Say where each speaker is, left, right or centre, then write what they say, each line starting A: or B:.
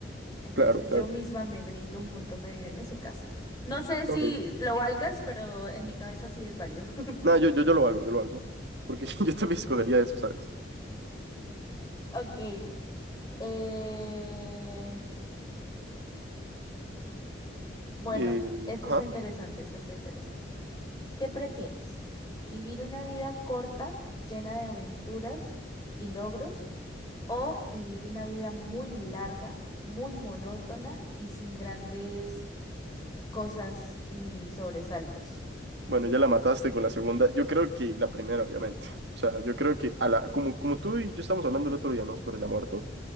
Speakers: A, on the left (about 20°); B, on the right (about 65°).
A: Entonces
B: Claro, claro.
A: yo misma me brindo un punto medio en ese caso. No sé si
B: Ok.
A: lo valgas, pero en mi cabeza sí es válido. <laughs>
B: Nada, yo, yo, yo lo hago, yo lo hago. Porque <laughs> yo también escogería eso, ¿sabes?
A: Ok. eh, Bueno,
B: Eh,
A: esto
B: ajá.
A: está interesante, esto está interesante. ¿Qué prefieres? ¿Vivir una vida corta, llena de aventuras y logros, o vivir una vida muy larga, muy monótona y sin grandes cosas ni sobresaltos.
B: Bueno, ya la mataste con la segunda. Yo creo que la primera, obviamente. O sea, yo creo que a la, como, como tú y yo estamos hablando el otro día, ¿no? Sobre la muerte,